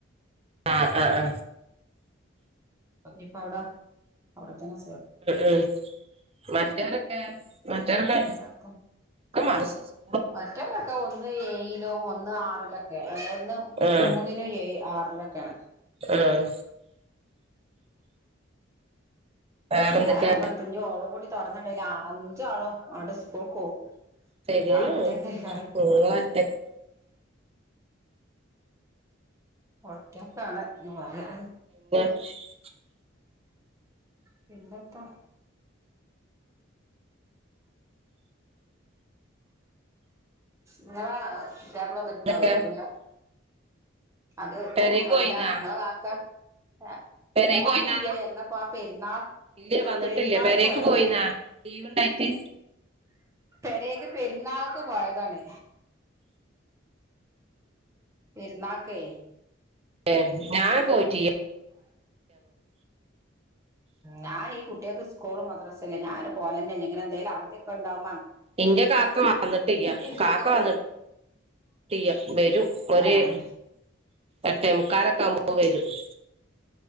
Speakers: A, on the right; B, on the right.
A: ആഹ് ആ ആ
B: ഇപ്പ അവിടെ അവിടെത്തന്നെ
A: ഉം ഉം മറ്റോരൊക്കെ മറ്റോരൊക്കെ
B: എന്താക്ക
A: <unintelligible>
B: മറ്റവരൊക്കെ ഒന്ന് ഏഴിലും ഒന്ന് ആറിലോക്കെയാ അ ന്നും
A: ഉം
B: മൂന്നിനും ഏ ആറിലൊക്കെയാണ്
A: ഉം വേറെന്തൊക്കെ
B: ഇഞ്ഞ് നേരമ്പള്ത്ത് ഇഞ്ഞ് ഓളും കൂടി തുറന്നടേല് അഞ്ചാളും അട് സ്കുക്കോകും
A: ശരിയെന്നെ
B: ഞാ ഒറ്റക്ക് എയ്ക്കാരം
A: നിങ്ങളൊറ്റ
B: ഒറ്റക്കാണ് എന്ന് പറയാ
A: <inaudible>
B: പിന്നെത്താ
A: <inaudible>
B: നിങ്ങളെ പുതിയാപ്പള വന്നിട്ടുണ്ടാവുലേക്കും
A: വേറെ എന്തൊക്കെ
B: ലേ അത്
A: പെരേക്ക്
B: അല്ല
A: പോയിന്നാ
B: നിങ്ങള കാക്കാ ഏ
A: പെരേക്ക്
B: പോയിട്ടില്ല
A: പോയിന്നാന്നു
B: എന്നാപാ പെരുന്നാൾ
A: ഇല്ലേ വന്നിട്ടില്ലേ
B: പെരുന്നാൾക്ക്
A: പെരേക്ക്
B: പോയതാണ്
A: പോയിന്നാ ലീവ് ഉണ്ടായിട്ട്
B: പെരേക്ക് പെരുന്നാൾക്ക് പോയതാണ് പെരുന്നക്കേ
A: ഏ ഞാൻ പോയിട്ടിയ <inaudible>
B: ഞാ ഈ കുട്യക്ക് സ്കൂള് മദ്രാസല്ലേ ഞാന് പോലെന്നെല്ല ഇങ്ങനെ എന്തോലും അവധിയൊക്കെ ഉണ്ടാവോ
A: എന്റെ കാക്ക വന്നിട്ടിയ്യ
B: വിളിച്ചൊക്കെ
A: കാക്ക വന്നി
B: പോ
A: ട്ടിയ്യ വരും ഒര്
B: ഏഹ്
A: എട്ടേമുക്കാൽ ഒക്കെ ആകുമ്പോ വരും <inaudible>